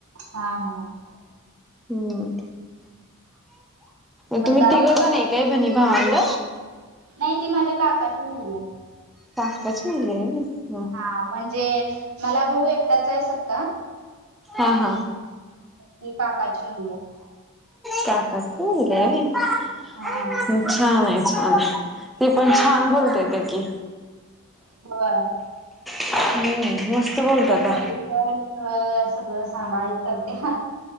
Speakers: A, on the right; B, in the centre.
A: हा, हा
B: हम्म तुम्ही
A: मग का आता
B: तिघ
A: घरात
B: जण आहे भणी भांवड
A: नाही ती माझ्या काकाची मुलगी आहे
B: काकाची मुलगी आहे होय
A: हा म्हणजे मला भाऊ एकटाचय सक्का
B: हा, हा
A: ती काकाची मुलगी आहे
B: काकांची मुलगी आहे होय
A: हां.
B: छान आहे, छान आहे ती पण छान बोलयेत्या की
A: होय
B: हम्म मस्त बोलत्याता
A: ती पण मेडिकल सगळं सांभाळत करते हा